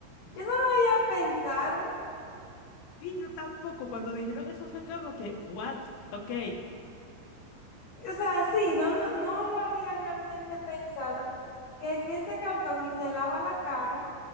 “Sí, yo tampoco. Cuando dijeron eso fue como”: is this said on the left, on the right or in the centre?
Left